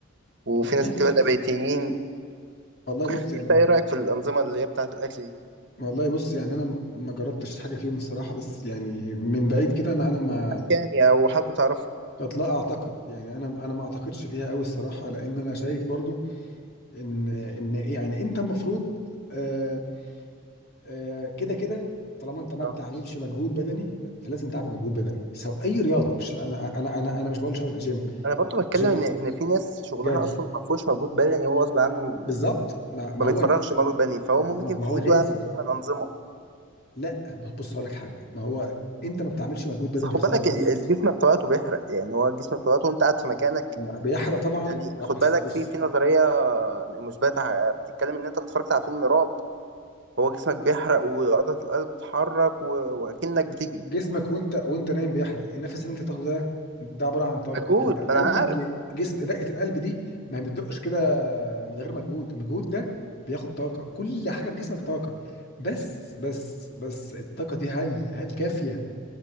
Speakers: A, on the right; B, on the left.
A: وفي
B: والله
A: ناس بتبقى
B: بص
A: نباتيين
B: والله بص
A: يعني <laughs>
B: يعني
A: انت ايه رايك في الانظمه اللي هي بتاعه الاكل دي
B: والله بص يعني انا ما جربتش حاجه فيهم الصراحه بس يعني من بعيد كده انا انا ما
A: يعني او حد تعرفه
B: قد لا اعتقد يعني انا انا ما اعتقدش فيها قوي الصراحه لان انا شايف برضو ان ان إيه يعني انت المفروض آه، آه، كده كده طالما انت ما
A: اه
B: بتعملش مجهود بدني لا فلازم تعمل مجهود بدني سواء اي رياضه مش انا انا انا انا مش بقول شر- جيم
A: انا برضو بتكلم
B: جيم
A: ان ان في ناس شغلها
B: جري
A: اصلا ما فيهوش مجهود بدني هو غصب عنه
B: بالظبط ما, ما
A: ما
B: هو
A: بيتفرغش مجهود بدني فهو
B: ما,
A: ممكن
B: ما
A: في
B: هو
A: ايده
B: لازم
A: يعمل ايه من انظمه
B: لا بص هقول لك حاجه ما هو انت ما بتعملش مجهود بدني
A: بس خد
B: خالص
A: بالك ال- الجسم بتاعته بيحرق يعني هو الجسم بتاعته وانت قاعد في مكانك
B: ما- بيحرق طبعا
A: يعني
B: آه،
A: خد
B: بس
A: بالك
B: بص
A: في في نظريه مثبته بتتكلم ان انت اتفرجت على فيلم رعب هو جسمك بيحرق وعضله القلب بتتحرك و- واكنك بتجري
B: جسمك وانت وانت نايم بيحرق النفس اللي انت تاخده ده ده عباره عن طاقه
A: مجهود
B: انت اي
A: ما انا عارف
B: جسم دقه القلب دي ما بتدقش كده من غير مجهود المجهود ده بياخد طاقه كل حاجه في جسمك طاقه بس بس بس الطاقه دي هل هل كافيه